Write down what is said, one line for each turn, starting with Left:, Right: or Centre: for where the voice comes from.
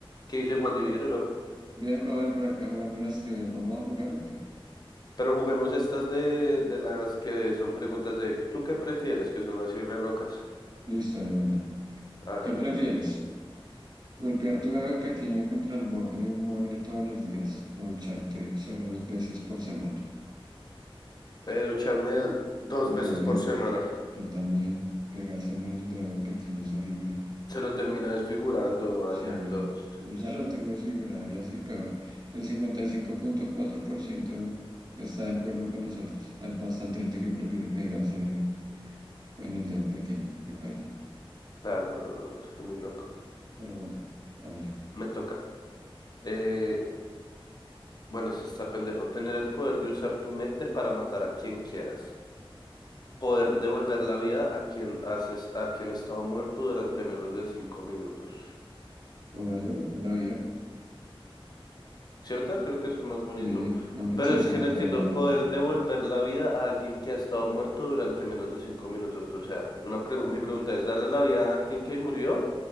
Left: ¿Qué dice Juan Divierro?
Right: Bien, brother, por acá jugando unas trivias. ¿Vamos a jugar o qué?
Left: Pero juguemos estas de, de las que son preguntas de ¿tú qué prefieres? que son así re locas.
Right: Listo, de una.
Left: Hágale.
Right: ¿Qué prefieres? ¿Golpear tu dedo pequeño contra el borde de un mueble todos los días o ducharte solo dos veces por semana?
Left: Eh, ducharme dos
Right: Uy,
Left: veces
Right: obvio.
Left: por semana.
Right: Yo también. Pegarse en el dedo pequeño es horrible.
Left: Se lo termina desfigurando, dañando.
Right: Sí,
Left: Sí.
Right: yo ya lo tengo desfigurado y así peor. El cincuenta y cinco punto cuatro por ciento está de acuerdo con nosotros. Hay bastante gente que prefiere pegarse en el dedo pequeño que paila.
Left: Claro, no, no, no, es que muy loco.
Right: Pero bueno, hágale.
Left: Me toca. Eh, bueno, se está pendejo. Tener el poder de usar tu mente para matar a quien quieras. Poder devolver la vida a quien haces, a quien estaba muerto durante menos de cinco minutos.
Right: Poder devolver la vida.
Left: ¿cierto? Creo que eso es más bonito.
Right: Sí, no me
Left: Pero
Right: interesa
Left: es que
Right: matar
Left: no entiendo,
Right: a nadie.
Left: poder devolver la vida a alguien que ha estado muerto durante menos de cinco minutos. O sea, una pregu- mi pregunta es, ¿darle la vida a alguien que murió,